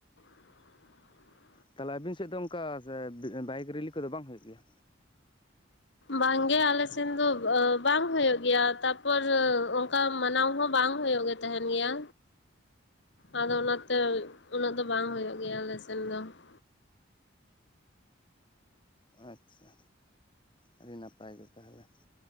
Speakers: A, on the left; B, on the left.
A: <inaudible> <inaudible>
B: ᱛᱟᱦᱞᱮ ᱟᱵᱤᱱ ᱥᱮᱫ ᱫᱚ ᱚᱱᱠᱟ ᱵᱟᱭᱤᱠ ᱨᱮᱞᱤᱤ ᱠᱚᱫᱚ ᱵᱟᱝ ᱦᱩᱭᱩᱜ ᱜᱮᱭᱟ
A: ᱵᱟᱝᱜᱮ ᱟᱞᱮ ᱥᱮᱱ ᱫᱚ ᱵᱟᱝ ᱦᱩᱭᱩᱜ ᱜᱮᱭᱟ ᱛᱟᱨᱯᱚᱨ ᱚᱱᱠᱟ ᱢᱟᱱᱟᱣ ᱦᱚᱸ ᱵᱟᱝ ᱵᱟᱝ ᱦᱩᱭᱩᱜ ᱜᱮ ᱛᱟᱦᱮᱱ ᱜᱮᱭᱟ ᱟᱫᱚ ᱚᱱᱟᱛᱮ ᱩᱱᱟᱹᱜ ᱫᱚ ᱵᱟᱝ ᱦᱩᱭᱩᱜ ᱜᱮᱭᱟ ᱟᱞᱮ ᱥᱮᱱ ᱫᱚ <inaudible> <inaudible>
B: ᱟᱪᱪᱷᱟ ᱟᱹᱰᱤ ᱱᱟᱯᱟᱭ ᱜᱮ ᱛᱟᱦᱚᱞᱮ